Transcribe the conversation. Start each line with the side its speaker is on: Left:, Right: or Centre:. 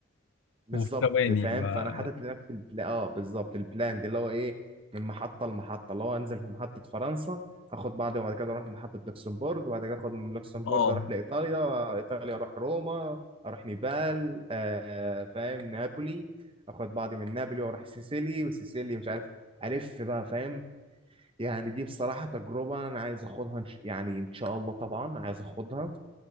Left: <laughs>
Right: بالظبط
Left: وفي ثواني
Right: فاهم
Left: ما
Right: فانا حاطط لنفسي البلا اه بالظبط البلان دي اللي هو ايه من محطه لمحطه اللي هو انزل في محطه فرنسا اخد بعضي وبعد كده اروح لمحطه لوكسمبورغ وبعد كده اخد من لوكسمبورغ
Left: آه
Right: اروح لايطاليا ايطاليا اروح روما اروح نيبال آه فاهم نابولي اخد بعضي من نابولي واروح سيسيلي وسيسيلي مش عارف الف بقى فاهم يعني دي بصراحه تجربه انا عايز اخدها إن ش- يعني ان شاء الله طبعا عايز اخدها